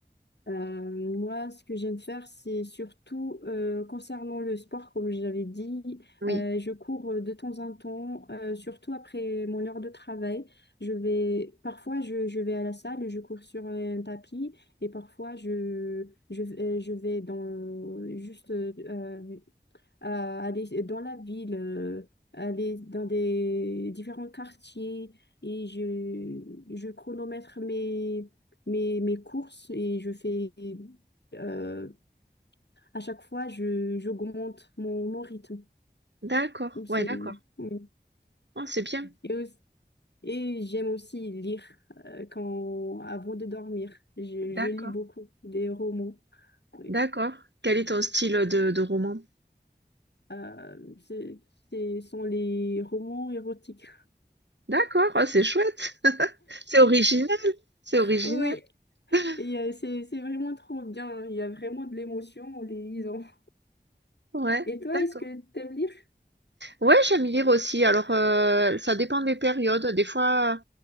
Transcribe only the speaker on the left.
Euh, moi, ce que j'aime faire, c'est surtout euh, concernant le sport, comme je l'avais dit,
euh, je cours de temps en temps, euh, surtout après mon heure de travail. Je vais, parfois, je, je vais à la salle, et je cours sur un tapis, et parfois, je, je, euh, je vais dans juste euh, à aller dans la ville, euh, aller dans des différents quartiers et je, je chronomètre mes, mes, mes courses et je fais euh, à chaque fois je, j'augmente mon, mon rythme.
Donc,
C'est,
oui.
et, aussi- et j'aime aussi lire euh, quand, avant de dormir. Je,
je lis beaucoup des romans. Oui.
Euh, c'est- ce sont les romans érotiques.
<laughs>
Oui.
Et euh, c'est, c'est vraiment trop bien. Il y a vraiment de l'émotion en les lisant. <laughs>
Et toi,
est-ce que t'aimes lire?